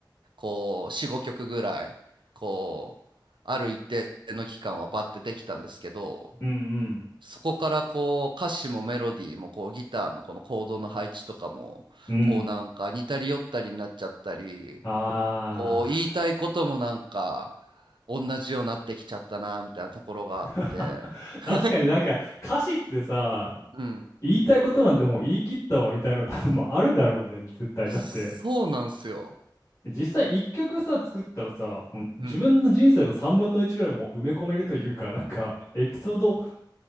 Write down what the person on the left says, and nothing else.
うん
うん。うん。
ああ。
<laughs>
確かになんか歌詞ってさ、
言いたいことなんてもう言い切ったわみたいなの多分まああるだろうね、絶対。
だって実際一曲さ、作ったらさ、もう自分の人生の3分の1ぐらいもう埋め込めるというか、
なんか、エピソード、